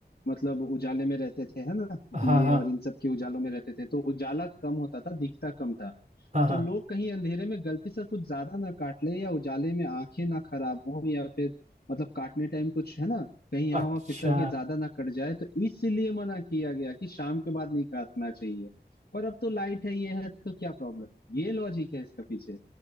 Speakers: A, on the left; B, on the right.
A: मतलब उजाले में रहते थे है ना
B: हाँ
A: दिए
B: हाँ
A: और इन सब के उजालों में रहते थे तो उजाला कम होता था दिखता कम था
B: हाँ हाँ
A: तो लोग कहीं अंधेरे में गलती से कुछ ज्यादा ना काट ले या उजाले में आंखें ना खराब हो या फिर मतलब काटने टाइम कुछ है ना कहीं यहाँ
B: अच्छा
A: वहां फिसल के ज्यादा ना कट जाए तो इसलिए मना किया गया कि शाम के बाद नहीं काटना चाहिए पर अब तो लाइट है ये है तो क्या प्रॉब्लम है ये लॉजिक है इसका पीछे